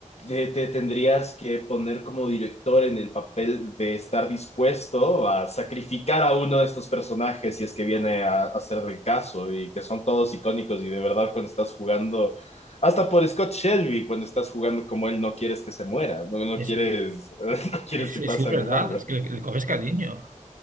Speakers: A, on the left; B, on the right.
A: te, te tendrías que poner como director en el papel de estar dispuesto a sacrificar a uno de estos personajes si es que viene a, a ser del caso y que son todos icónicos y de verdad cuando estás jugando, hasta por Scott Shelby, cuando estás jugando como él no quieres que se muera, no, no
B: Es,
A: quieres, <laughs> no quieres
B: es,
A: que
B: es,
A: pase
B: que es verdad,
A: algo malo.
B: es que le, le coges cariño,